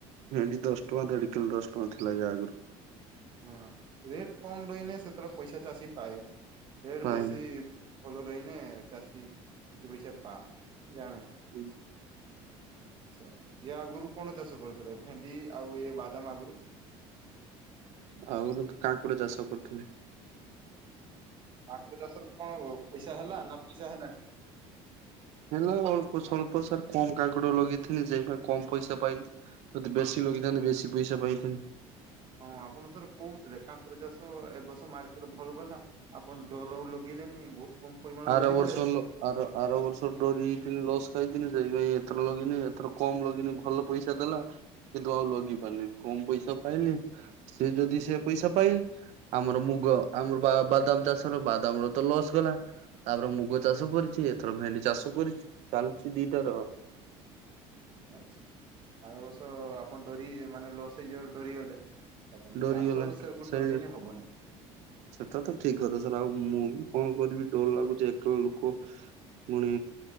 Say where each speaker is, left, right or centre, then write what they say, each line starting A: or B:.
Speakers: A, on the right (about 65°); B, on the right (about 40°).
A: ଭେଣ୍ଡି ଦଶଟଙ୍କା ଦେଢ କିଲୋ ଦଶଟଙ୍କା ଥିଲା ୟା ଆଗରୁ।
B: ହଁ ରେଟ୍ କମ ରହିନେ ସେତେବେଳେ ପଇସା ଚାଷୀ ପାଏନି, ରେଟ
A: ପାଇନି।
B: ବେଶୀ ଭଲ ରହିନେ ଚାଷୀ କିଛି ପଇସା ପା ଜାଣେ।
A: ହୁଁ।
B: ଆଚ୍ଛା ୟା ଆଗୁରୁ କଣ ଚାଷ କରିଥିଲେ, ଭେଣ୍ଡି ଆଉ ଇଏ ବାଦାମ୍ ଆଗୁରୁ?
A: ଆଗରୁ ତ କାଂକୁଡି ଚାଷ କରିଥିଲି।
B: କାକୁଡି ଚାଷରେ କଣ ପଇସା ହେଲା ନା ପଇସା ହେଲାନି?
A: ହେଲା ଅଳ୍ପ ସ୍ୱଳ୍ପ ସାର୍ କମ କାଙ୍କଡ ଲଗେଇଥିଲି ଯେ ସେଇପାଇଁ କମ ପଇସା ପାଇଲି। ଯଦି ବେଶୀ ଲଗେଇଥାନ୍ତି ବେଶୀ ପଇସା ପାଇଥାନ୍ତି।
B: ହଁ ଆପଣ ଥରେ କହୁଥିଲେ, କାଙ୍କଡ ଚାଷ ଏବର୍ଷ ମାର୍କେଟ ରେ ଭଲ ଗଲା। ଆପଣ ଡରରେ ଆଉ ଲଗେଇଲେନି ବହୁତ କମ ପରିମାଣ
A: ଆର
B: ଲଗେଇଥିଲେ
A: ବର୍ଷ ଲ ଆର- ଆର ବର୍ଷ ଡରି ଯାଇଥିଲି ଲସ୍ ଖାଇଥିଲି ସେଇପାଇ ଏଥର ଲଗେଇଲିନି ଏଥର କମ୍ ଲଗିଲି ଭଲ ପଇସା ଦେଲା କିନ୍ତୁ ଆଉ ଲଗେଇ ପାରିଲିନି କମ୍ ପଇସା ପାଇଲି। ସେ ଯଦି ସେ ପଇସା ପାଇ ଆମର ମୁଗ ଆମର ବା ବାଦାମ୍ ଚାଷର ବାଦାମ୍ ର ତ ଲସ୍ ଗଲା। ତାପରେ ମୁଗ ଚାଷ କରିଚି ଏଥର ଭେଣ୍ଡି ଚାଷ କରିଚି ଚାଲିଚି ଦିଟା ର।
B: ଆଛା ଆର ବର୍ଷ ଆପଣ ଡରି ମାନେ ଲସ୍ ହେଇଯିବ ବୋଲି ଡରି ଗଲେ। ଦେଖନ୍ତୁ
A: ଡରିଗଲା
B: ଚାଷ ରେ ସେ <unintelligible>
A: ସେଇ
B: ଡରି ଲେ ହବନି।
A: ସେଟା ତ ଠିକ୍ କଥା ସାର୍ ଆଉ ମୁଁ ବି କଣ କରିବି ଡର ଲାଗୁଚି ଏକେଲା ଲୋକ। ପୁଣି